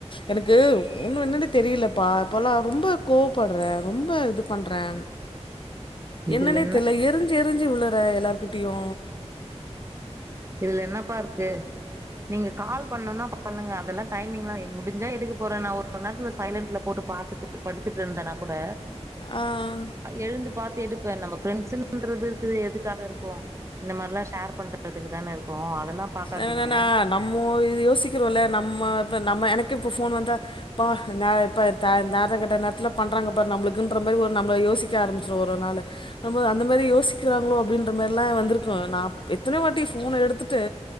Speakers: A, on the left (about 45°); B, on the right (about 25°).
A: எனக்கு ஒன்னும் என்னன்நனு தெரியலப்பா இப்பலாம் ரொம்ப கோவப்படுறே ரொம்ப இது பண்றே
B: இதுல
A: என்னன்னே
B: என்ன
A: தெல எரிஞ்சு எரிஞ்சு விழாரே எல்லார்கிட்டேயு
B: இதல என்னபா இருக்கு நீங்கள் கால் பண்ணணும்னா பண்ணுங்க அதெல்லா டைமிங்லாம் முடிஞ்சா எடுக்க போறே நான் ஒரு நேரத்து சைலண்ட்ில் போட்டு பார்த்துட்டு படுத்துட்டு இருந்தேனா கூட
A: ஆ
B: எழுந்து ஆ பார்த்து தேடுப்பன் நம்ம பிரண்ட்ஸ்ன்றது இருக்கு எதுக்காக இருக்கு இந்த மாதிரிிலாம் ஷேர் பண்றது வேல இருக்கு அதெல்லாம் பாக்காதீங்க
A: என்னன்னா நம்ம இத யோசிக்கிறோ இ நம்ம நம்ம எனக்கே இப்ப போன் வந்தா பா இப்பக்கட்ட நேத்துல பண்றாங்க பா நம்மளுக்குன்ற மாரி ஒரு நம்ம யோசிக்க ஆரம்பிச்சிடும் ஒரு நாள் நம்ம அந்த மாதிரி யோசிக்கிறாங்களோ அப்படின்ற மார்ரா வந்திருக்கு நா எத்தன வாட்டி போன எடுத்துட்டு